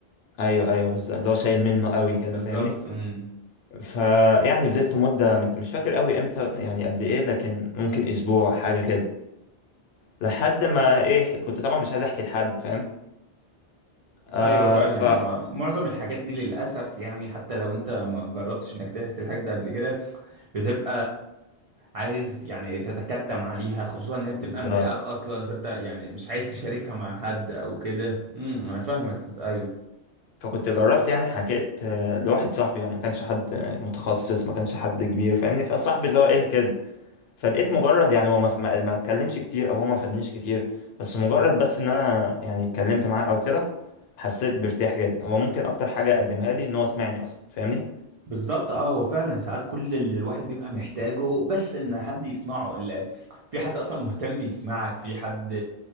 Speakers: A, on the left; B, on the right.
A: ايوه ايوه بالظبط اللي هو شايل منه قوي كده
B: بالظبط
A: فاهمني
B: امم
A: فيعني فضلت مدة مت- مش فاكر قوي امتى يعني قد ايه لكن ممكن اسبوع حاجة كده لحد ما ايه كنت طبعا مش عايز احكي لحد فاهم آه
B: ايوه فاهم
A: ف
B: هو معظم الحاجات دي للاسف يعني حتى لو انت ما جربتش انك تحكي الحاجات ده قبل كده بتبقى عايز يعني تتكتم عليها خصوصا انها بتبقى
A: بالظبط
B: مضايقاك اصلا فانت يعني مش عايز تشاركها مع حد او كده امم انا فاهمك ايوه
A: فكنت جربت يعني حكيت آه، لواحد صاحبي يعني ما كانش حد آه، متخصص ما كانش حد كبير فاهمني فصاحبي اللي هو ايه كده فلقيت مجرد يعني هو ما ما ما اتكلمش كتير او هو ما فادنيش كتير بس مجرد بس ان انا يعني اتكلمت معاه او كده حسيت بارتياح جدا هو ممكن اكتر حاجة قدمها لي ان هو سمعني اصلا فاهمني
B: بالظبط اه هو فعلا ساعات كل اللي الواحد بيبقى محتاجه بس ان حد يسمعه ال- في حد اصلا مهتم يسمعك في حد